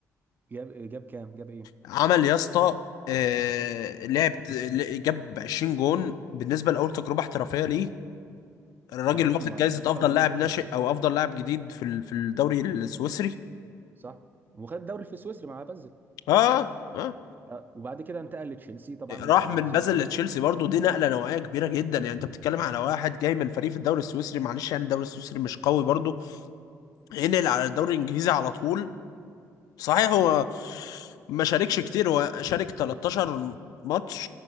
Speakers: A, on the right; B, on the left.
A: جاب جاب كام جاب ايه
B: عمل يا اسطى آه، لعب ل- جاب 20 جون بالنسبه لاول تجربه احترافيه ليه الراجل
A: ده رقم
B: واخد
A: رقم
B: جايزه افضل
A: كبير
B: لاعب
A: جدا
B: ناشئ او افضل لاعب جديد في ال- في الدوري السويسري
A: صح وخد الدوري في السويسري مع بازل
B: اه اه
A: آه، وبعد كده انتقل لتشيلسي طبعا
B: راح
A: مع
B: من
A: جوزيه
B: بازل
A: مورينيو
B: لتشيلسي برضو دي نقله نوعيه كبيره جدا يعني انت بتتكلم على واحد جاي من فريق في الدوري السويسري معلش يعني الدوري السويسري مش قوي برضو ينقل على الدوري الانجليزي على طول صحيح هو ما شاركش كتير هو شارك 13 ماتش